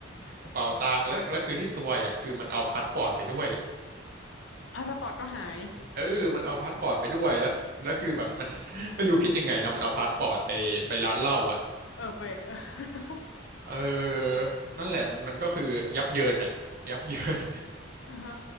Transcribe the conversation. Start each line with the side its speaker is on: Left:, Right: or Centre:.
Right: กระเป๋าตังค์แล้วแล้วคือที่ซวยอ่ะคือมันเอาพาสปอร์ตไปด้วย
Left: พาสปอร์ตก็หาย
Right: เออมันเอาพาสปอร์ตไปด้วยแล้วแล้วคือแบบ <laughs> มัน <laughs> ไม่รู้คิดยังไงเนาะมันเอาพาสปอร์ตไปไปร้านเหล้าอ่ะ
Left: เออไป <laughs>
Right: เออนั่นแหละมันมันก็คือยับเยินอ่ะยับเยิน
Left: เอออ่าฮะ